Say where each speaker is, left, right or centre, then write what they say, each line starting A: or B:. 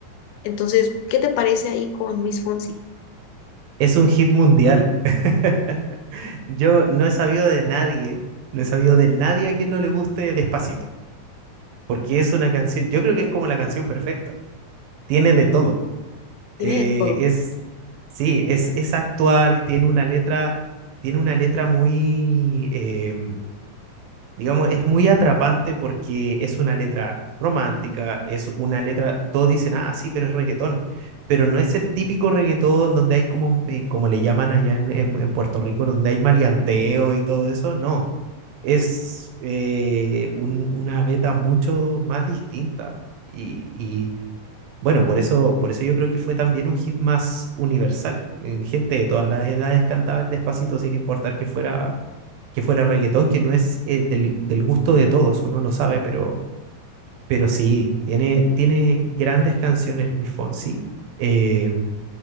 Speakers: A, on the left (about 90°); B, on the right (about 80°).
A: Entonces, ¿qué te parece ahí con Luis Fonsi?
B: Es un hit mundial. <laughs> Yo no he sabido de nadie, no he sabido de nadie a quien no le guste Despacito, porque es una canción, yo creo que es como la canción perfecta. Tiene de todo.
A: Tiene
B: Eh,
A: de todo.
B: es, sí, es, es actual, tiene una letra, tiene una letra muy, em, digamos, es muy atrapante porque es una letra romántica, es una letra, todos dicen, ah, sí, pero es reggaetón, pero no es el típico reggaetón donde hay como, eh, como le llaman allá en, en- en Puerto Rico, donde hay maleanteo y todo eso, no, es eh, un- una beta mucho más distinta y, y, bueno, por eso, por eso yo creo que fue también un hit más universal. Eh, Gente de todas las edades cantaba el Despacito sin importar que fuera que fuera reggaetón, que no es eh, del, del gusto de todos, uno lo sabe, pero, pero sí, tiene, tiene grandes canciones Luis Fonsi. Eh,